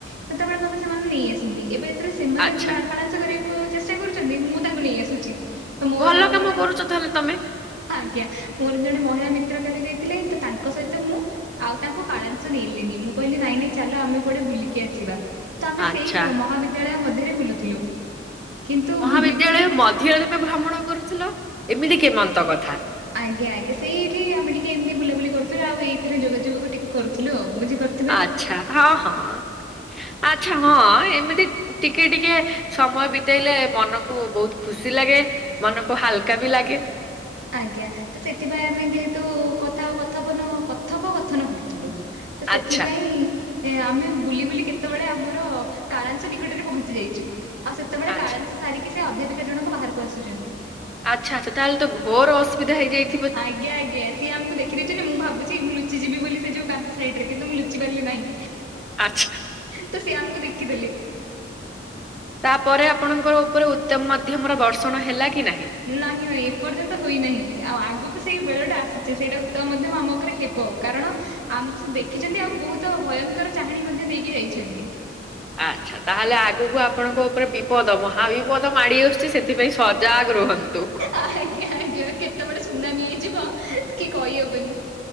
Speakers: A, on the right; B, in the centre.
A: ସେତେବେଳେ ମତେ ସେମାନେ ନେଇ ଆସନ୍ତି ଏବେ ତାହେଲେ ସେମାନେ
B: ଆଚ୍ଛା
A: କ୍ଲାସ କରିବାକୁ ଚେଷ୍ଟା କରୁଛନ୍ତି ମୁଁ ତାଙ୍କୁ ନେଇ ଆସୁଛି। ତ ମୋର
B: ଭଲ
A: ଆଉ
B: କାମ
A: ଜଣେ
B: କରୁଛ ତାହେଲେ ତମେ
A: ଆଜ୍ଞା ମୋର ଜଣେ ମହିଳା ମି ଚିତ୍ର କଲି ଯାଇଥିଲେ ତ ତାଙ୍କ ସହିତ ମୁଁ ଆଉ ତାଙ୍କୁ କାଳାଂସ ନେଲିନି ମୁଁ କହିଲି ନାଇଁ ନାଇଁ ଚାଲ ଆମେ କୁଆଡେ ବୁଲିକି ଆସିବା। ତ ଆମେ ସେଇ
B: ଆଚ୍ଛା
A: ମହାବିଦ୍ୟାଳୟ ମଧ୍ୟରେ ବୁଲୁଥିଲୁ। କିନ୍ତୁ
B: ମହାବିଦ୍ୟାଳୟ
A: ବୁଲି ବୁଲି
B: ମଧ୍ୟରେମ ଭ୍ରମଣ କରୁଥିଲ ଏମିତି କେମନ୍ତ କଥା?
A: ଆଜ୍ଞା ଆଜ୍ଞା ସେଇଠି ଆମେ ଟିକେ ଏମତି ବୁଲାବୁଲି କରୁଥିଲୁ ଆ ଏଇଥିରେ ଯୋଗାଯୋଗ ଟିକେ କରୁଥିଲୁ ଆଉ ବୁଝିପାରୁଛୁ
B: ଆଛା ହଁ ହଁ ଆଚ୍ଛା ହଁ ଏମିତି ଟିକେ ଟିକେ ସମୟ ବିତେଇଲେ ମନକୁ ବହୁତ ଖୁସି ଲାଗେ ମନକୁ ହାଲକା ବି ଲାଗେ।
A: ଆଜ୍ଞା ତ ସେଥିପାଇଁ ଆମେ ଯେହେତୁ କଥା କଥପନ କଥପକଥନ କରୁଥିଲୁ। ତ ସେଥିପାଇଁ
B: ଆଚ୍ଛା
A: ଏ ଆମେ ବୁଲି ବୁଲି କେତେବେଳେ ଆମର କାଳାଂଶ ନିକଟରେ ପହଞ୍ଚି ଯାଇଛୁ। ଆଉ ସେତେବେଳେ
B: ଆଚ୍ଛା
A: କାଳାଂଶ ସାରିକି ସେ ଅଧ୍ୟାପିକା ଜଣକ ବାହାରକୁ ଆସୁଛନ୍ତି।
B: ଆଚ୍ଛା ଆଛା ତାହେଲେ ତ ଘୋର ଅସୁବିଧା ହେଇଯାଇ
A: ଆଜ୍ଞା ଆଜ୍ଞା। ସିଏ ଆମକୁ ଦେଖିଦେଇଛନ୍ତି ମୁଁ ଭାବୁଛି ମୁଁ ଲୁଚିଯିବି ବୋଲି ସେ ଯୋଉ କାନ୍ଥ ସାଇଡରେ କିନ୍ତୁ ମୁଁ ଲୁଚିପାରିଲି ନାହିଁ।
B: ଆଚ୍ଛା
A: ତ ସିଏ ଆମକୁ ଦେଖିଦେଲେ।
B: ତାପରେ ଆପଣଙ୍କର ଉପରେ ଉତ୍ତମ ମଧ୍ୟମର ବର୍ଷଣ ହେଲା କି ନାହିଁ?
A: ନାହିଁ ନାଇଁ ଏପର୍ଯ୍ୟନ୍ତ ହୋଇନାହିଁ ଆଉ ଆଗକୁ ସେଇ ବେଳ ଟା ଆସୁଛି ସେଇଟା ଉତ୍ତମ ମଧ୍ୟ ଆମ ଉପରେ ହେବ କାରଣ ଆମକୁ ସେ ଦେଖିଛନ୍ତି ଆଉ ବହୁତ ଭୟଙ୍କର ଚାହାଣୀ ମଧ୍ୟ ଦେଇକି ଯାଇଛନ୍ତି।
B: ଆଚ୍ଛା ତାହେଲେ ଆଗକୁ ଆପଣଙ୍କ ଉପରେ ବିପଦ ମହାବିପଦ ମାଡି ଆସଛି। ସେଥିପାଇଁ ସଜାଗ ରୁହନ୍ତୁ।
A: ଆଜ୍ଞା ଆଜ୍ଞା କେତେବେଳେ ସୁନାମି ହେଇଯିବ କି କହିହବନି।